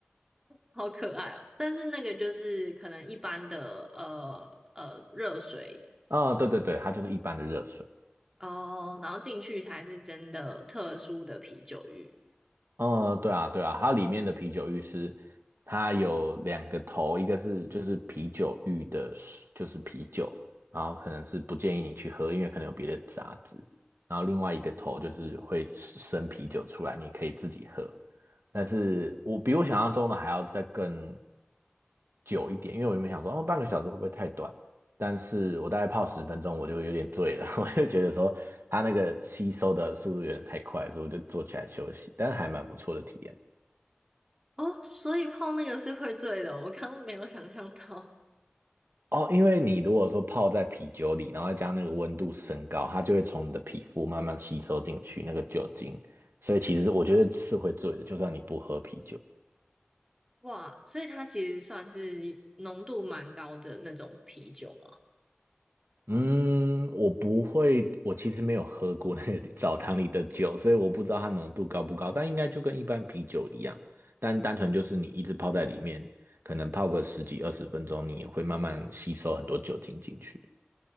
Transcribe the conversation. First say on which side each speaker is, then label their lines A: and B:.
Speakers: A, on the right; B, on the right.
A: 好可爱哦！但是那个就是可能一般的呃呃热水
B: 啊，对对对，它就是一般的热水。
A: 哦，然后进去才是真的特殊的啤酒浴
B: 嗯，对啊，对啊，它里面的啤酒浴是它有两个头，一个是就是啤酒浴的水就是啤酒，然后可能是不建议你去喝，因为可能有别的杂质。然后另外一个头就是会生啤酒出来，你可以自己喝。但是我比我想象中的还要再更久一点，因为我原本想说，哦，半个小时会不会太短？但是我大概泡十分钟，我就有点醉了，<laughs> 我就觉得说它那个吸收的速度有点太快，所以我就坐起来休息，但是还蛮不错的体验。
A: 哦，所以泡那个是会醉的哦我刚刚没有想象到。
B: 哦，因为你如果说泡在啤酒里，然后再加那个温度升高，它就会从你的皮肤慢慢吸收进去那个酒精，所以其实我觉得是会醉的，就算你不喝啤酒。
A: 哇，所以它其实算是浓度蛮高的那种啤酒嘛。
B: 嗯，我不会，我其实没有喝过那个 <laughs> 澡堂里的酒，所以我不知道它浓度高不高，但应该就跟一般啤酒一样，但单纯就是你一直泡在里面，可能泡个十几二十分钟，你也会慢慢吸收很多酒精进去。